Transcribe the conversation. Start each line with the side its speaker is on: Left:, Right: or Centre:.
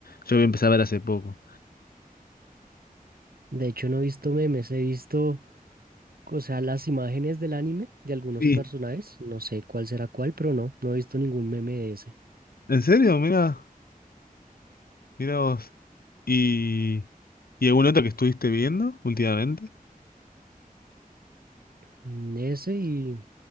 Left: Yo lo empecé a ver hace poco.
Right: De hecho, no he visto memes, he visto, o sea, las imágenes del anime de algunos
Left: Sí.
Right: personajes, no sé cuál será cuál, pero no, no he visto ningún meme de ese.
Left: ¿En serio? Mira, mira vos. ¿Y, y algún otro que estuviste viendo últimamente?
Right: Mm, Ese y,